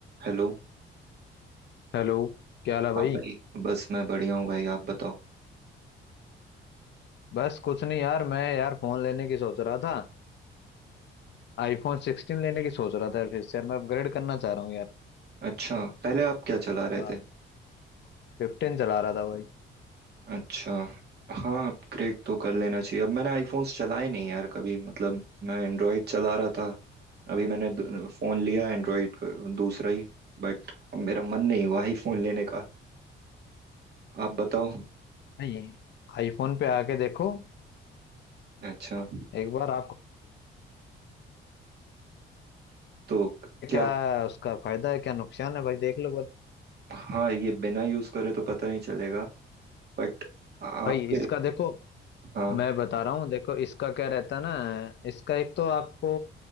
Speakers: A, on the right; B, on the left.
A: हेलो
B: Hello क्या हाल है भाई
A: हाँ भाई बस मैं बढ़िया हूँ भाई आप बताओ
B: बस कुछ नहीं यार मैं यार फोन लेने की सोच रहा था आईफोन सिक्सटीन लेने की सोच रहा था यार फिर से यार मैं अपग्रेड करना चाह रहा हूँ यार
A: अच्छा पहले आप क्या चला रहे
B: हाँ
A: थे
B: फिफ्टीन चला रहा था भाई
A: अच्छा हाँ अपग्रेड तो कर लेना चाहिए अब मैंने आईफोन्स चलाए नहीं यार कभी मतलब मैं एंड्रॉयड चला रहा था अभी मैंने दू- फोन लिया एंड्रॉयड दूसरा ही बट मेरा मन नहीं हुआ आईफोन लेने का आप बताओ
B: नहीं आईफोन पे आके देखो
A: अच्छा
B: एक बार आपको
A: तो क्या
B: क्या उसका फायदा है क्या नुकसान है भाई देख लो बस
A: हाँ ये बिना यूज करे तो पता नहीं चलेगा बट आपके
B: भाई इसका देखो
A: हाँ
B: मैं बता रहा हूँ देखो इसका क्या रहता है ना इसका एक तो आपको